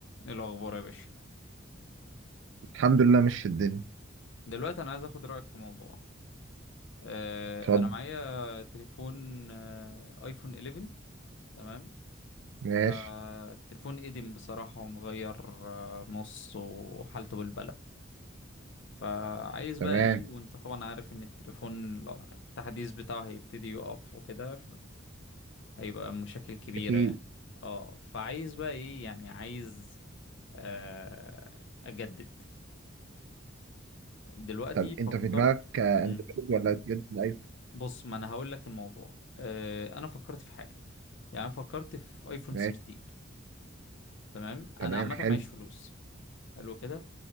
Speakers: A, on the left (about 65°); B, on the right (about 65°).
A: ايه الاخبار يا باشا
B: الحمد لله مش الدنيا
A: دلوقتي انا عايز اخد رايك في موضوع آه
B: اتفضل
A: انا معايا تليفون آه ايفون 11 تمام
B: ماشي
A: فالتليفون قديم بصراحه ومغير آه نص وحالته بالبلة فعايز بقى
B: تمام
A: ايه وانت طبعا عارف ان التليفون لا- التحديث بتاعه هيبتدي يقف وكده فهيبقى مشاكل كبيره
B: اكيد
A: يعني اه فعايز بقى ايه يعني عايز آه اجدد دلوقتي
B: طب
A: فكرت
B: انت في دماغك آه،
A: مم.
B: اندرويد ولا جد ايفون
A: بص ما انا هقول لك الموضوع آه، انا فكرت في حاجه يعني انا فكرت في ايفون
B: ماشي
A: 13 تمام
B: تمام
A: انا عامه
B: حلو
A: معيش فلوس حلو كده